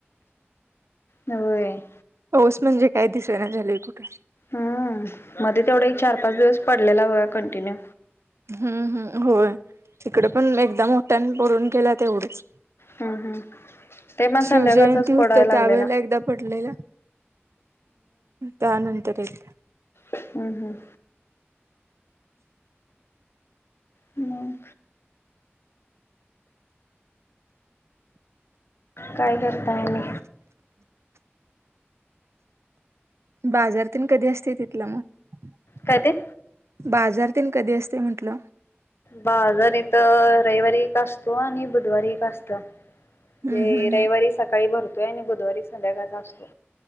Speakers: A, on the left (about 65°); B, on the right (about 85°).
A: नवय.
B: पाऊस म्हणजे काय, दिसयना झालंय कुठं.
A: हम्म मध्ये तेवढा एक चार पाच दिवस पडलेला बघा कंटिन्यू.
B: हम्म हम्म, होय, इकडे पण एकदा मोठ्याने पडून गेला तेवढंच.
A: हम्म हम्म ते पण संध्याकाळचाच
B: शिवजयंती होत,
A: पडाय लागलेला
B: त्यावेेळेला एकदा पडलेला. त्या नंतर येत.
A: हम्म हम्म. म काय करताय मी
B: बाजारातून कधी असते तिथलं मग
A: का ते
B: बाजारात कधी असते म्हंटलं
A: बाजार इथ रविवारी का असतो आणि बुधवारी का असत
B: हम्म
A: जे
B: हम्म
A: रविवारी
B: हम्म
A: सकाळी भरतोय आणि बुधवारी संध्याकाळ असतो